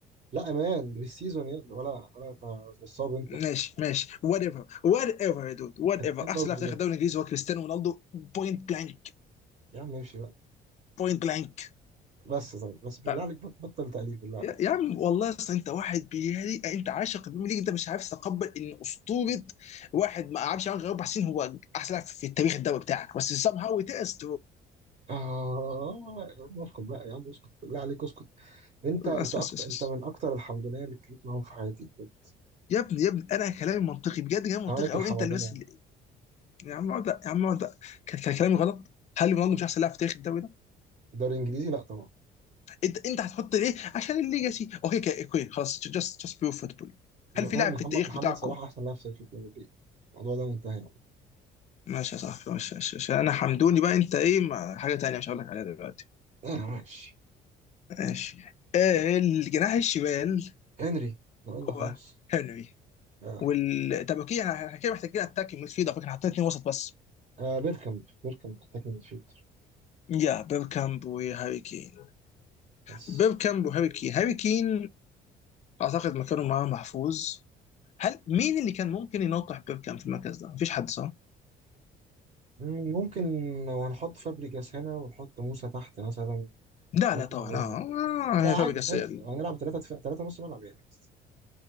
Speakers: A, on the right (about 45°); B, on the left (about 40°).
A: لا امان مش سيزون يا- ولا ولا ت- نصاب انت
B: ماشي
A: ايه
B: ماشي وات ايفر وات ايفر يا دود وات ايفر
A: النصب
B: احسن لاعب في تاريخ
A: ده
B: الدوري الانجليزي هو كريستيانو رونالدو بوينت بلانك
A: يا عم امشي بقى
B: بوينت بلانك
A: بس طيب بس بالله
B: طب
A: عليك بط- بطل تقليد بالله عليك
B: يا يا عم والله اصل انت واحد بيهري انت عاشق البريمير ليج انت مش عارف تتقبل ان اسطوره واحد ما قعدش عنه غير اربع سنين هو احسن لاعب في التاريخ الدوري بتاعك بس سام هاو تقس
A: اه يا عم اسكت بقى يا عم اسكت بالله عليك اسكت انت انت
B: بس
A: اكتر
B: بس بس
A: انت
B: بس
A: من اكتر الحمدونيه اللي اتكلمت معاهم في حياتي انت
B: يا ابني يا ابني انا كلامي منطقي بجد كلامي منطقي
A: مالك
B: قوي
A: الحمدانه
B: انت اللي بس
A: يعني
B: اللي... يا عم اقعد يا عم اقعد كان كان كلامي غلط هل رونالدو مش احسن لاعب في تاريخ الدوري ده؟
A: الدوري الانجليزي لا طبعا
B: انت انت هتحط ليه عشان الليجاسي اوكي كده، اوكي خلاص جاست جاست بيور فوتبول
A: مان
B: هل في لاعب
A: محمد
B: في التاريخ
A: محمد
B: بتاعكم
A: صلاح احسن لاعب في تاريخ البريمير ليج الموضوع ده منتهي يا عم
B: ماشي يا صاحبي ماشي ماشي عشان انا حمدوني بقى انت ايه ما حاجه تانية مش هقول لك عليها دلوقتي
A: انا ماشي
B: ماشي الجناح الشمال
A: هنري لو قلنا
B: هو
A: خلاص
B: هنري
A: آه.
B: وال طب اوكي احنا إحنا كده محتاجين اتاك ميدفيلد على فكره حاطين اتنين وسط بس
A: آه بيركامب بيركامب محتاج من فيلتر
B: يا بيب كامب وهاري كين
A: بس
B: بيب كامب وهاري كين هاري كين اعتقد مكانه معاه محفوظ هل مين اللي كان ممكن ينطح بيب كامب في المركز ده؟ مفيش حد صح؟
A: مم، ممكن لو هنحط فابريجاس هنا ونحط موسى تحت مثلا
B: لا
A: ممكن
B: لا طبعا
A: لو
B: اه
A: لا
B: هي فابريجاس
A: عادي فاهم
B: السيئة دي
A: لو هنلعب ثلاثة دفاع ثلاثة نص ملعب يعني قصدي